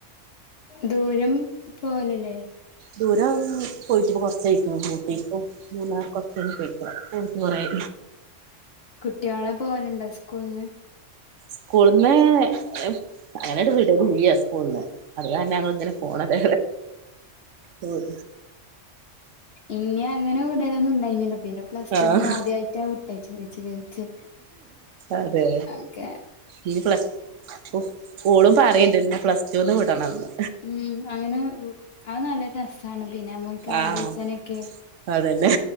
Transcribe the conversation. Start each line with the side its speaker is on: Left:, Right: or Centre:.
Left: ദൂരം പോവലില്ലേ?
Right: ദൂരം പോയിട്ട് ഇപ്പോ കൊറച്ചായേക്കണ്, ഊട്ടിക്കും മൂന്നാർക്കൊക്കയാണ് പോയിക്കണെ അപ്പം. ബോറയി
Left: കുട്ടികള് പോവലുണ്ടോ സ്കൂളിന്ന്?
Right: സ്കൂളിന്ന് ഏഹ് അങ്ങനെ എങ്ങാട്ടും വിടുലില്ല സ്കൂളിന്ന്. അത് കാരണം ഞങ്ങള് ഇങ്ങനെ പോണത്, ഉം.
Left: ഇന്നെ അങ്ങനെ വിടലൊന്നും ഇണ്ടായിരുന്നില്ല. പിന്നെ പ്ലസ്
Right: ആഹ്
Left: ടുന്ന് ആദ്യയിട്ടാ വിട്ടയച്ചത് ചോദിച്ചു ചോദിച്ചു,
Right: അതെ
Left: അതെ.
Right: ഇനി പ്ലസ് ഓഹ് ഓളും പറയണ്ട് എന്നെ പ്ലസ് ടുവിന് വിടണോന്ന്.
Left: ഉം അങ്ങനെ ഉം അത് നല്ല രസ മാണ് പിന്നെ നമുക്ക് ആലോചിച്ചാനൊക്കെ
Right: ആഹ് അതന്നെ